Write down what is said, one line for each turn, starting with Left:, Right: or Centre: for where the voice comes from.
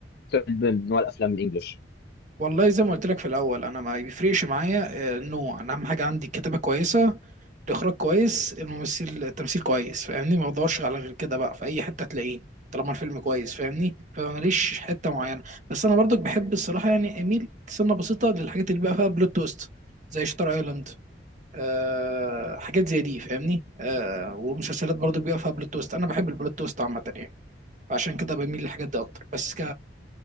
Left: اكتر من نوع الافلام الانجليش
Right: والله زي ما قلت لك في الاول انا ما بيفرقش معايا آه، النوع انا اهم حاجه عندي الكتابه كويسه الاخراج كويس الممثل التمثيل كويس فاهمني ما بدورش على غير كده بقى في اي حته تلاقيه طالما الفيلم كويس فاهمني فماليش حته معينه بس انا برضك بحب الصراحه يعني اميل سنه بسيطه للحاجات اللي بقى فيها بلوت تويست زي شاتر ايلاند آه حاجات زي دي فاهمني آه ومسلسلات برضو بيبقى فيها بلوت تويست انا بحب البلوت تويست عامه يعني فعشان كده بميل للحاجات دي اكتر بس ك